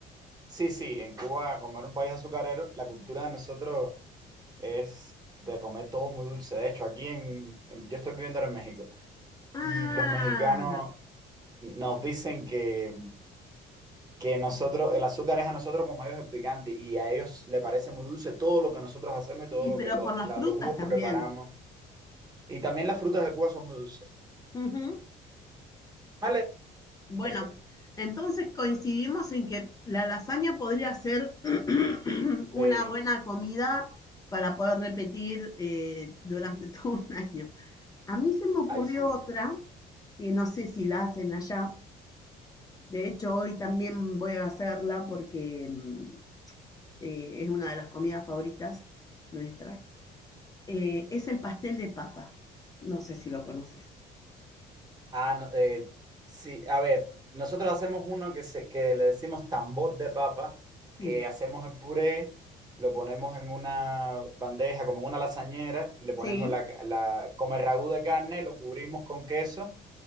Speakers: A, on the right (about 25°); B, on the left (about 20°).
A: Sí, sí, en Cuba, como era un país azucarero, la cultura de nosotros es de comer todo muy dulce. De hecho, aquí en, en- yo estoy viviendo ahora en México
B: Ah,
A: y los mexicanos nos dicen que, que nosotros, el azúcar es a nosotros como a ellos el picante y a ellos le parece muy dulce todo lo que nosotros hacemos y todo
B: y
A: lo
B: pero
A: que lo-
B: por las
A: la-
B: frutas
A: los jugos
B: también.
A: que preparamos. Y también las frutas de Cuba son muy dulces.
B: Ujú.
A: Vale,
B: Bueno,
A: cosa.
B: entonces coincidimos en que la lasaña podría ser <clears throat> una
A: Sí,
B: buena comida para poder repetir eh, durante <laughs> todo un año. A mí se me ocurrió
A: ahí sí.
B: otra, que no sé si la hacen allá. De hecho, hoy también voy a hacerla porque mm, eh, es una de las comidas favoritas nuestras. Eh, es el pastel de papa. No sé si lo conoces.
A: Ah, no, eh, sí, a ver, nosotros hacemos uno que, se, que le decimos tambor de papa,
B: Sí,
A: que hacemos el puré, lo ponemos en una bandeja, como en una lasañera, y le ponemos
B: sí.
A: la, la, como el ragú de carne, lo cubrimos con queso